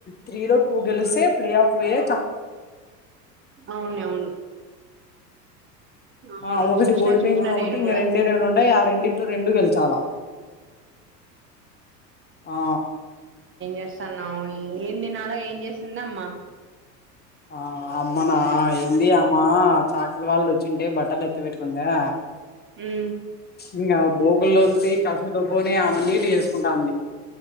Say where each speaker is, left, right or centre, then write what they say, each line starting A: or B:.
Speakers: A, on the left (about 20°); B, on the right (about 25°).
A: త్రీలో టూ గెలిస్తే ప్లే ఆఫ్ పో్యే
B: అవును అవును వును
A: ఆ ఒకటి
B: చూసినా
A: ఓడిపోయింది
B: చూసినా
A: కాబట్టి
B: నేవువునవు
A: ఇంక రెండే రెండు ఉండాయి ఆ రెండిట్లో రెండు గెలిచాలా ఆ
B: చేస్తున్నాం ఎంది నాలో ఏం చేసింద అమ్మా
A: ఆ అమ్మనా ఏంది అమ్మా చాకట్ వాళ్ళు వచ్చింటే బట్టలు ఎత్తి పెట్టుకుందా.
B: ఉమ్.
A: ఇంకా భోగుల్లోంత కసు బ్బుని అమ నీటి వసుకుంటాం.. ది